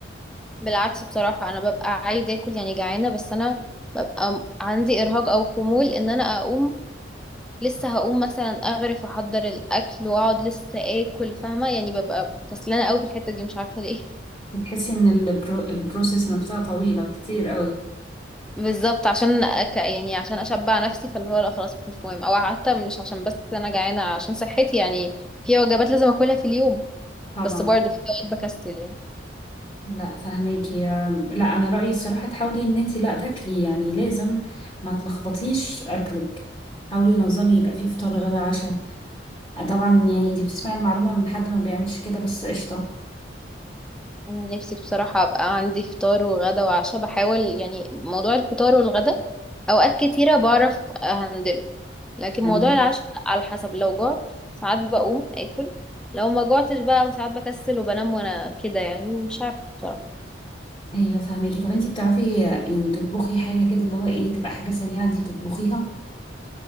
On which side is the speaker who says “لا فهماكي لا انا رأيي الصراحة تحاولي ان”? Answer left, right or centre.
Left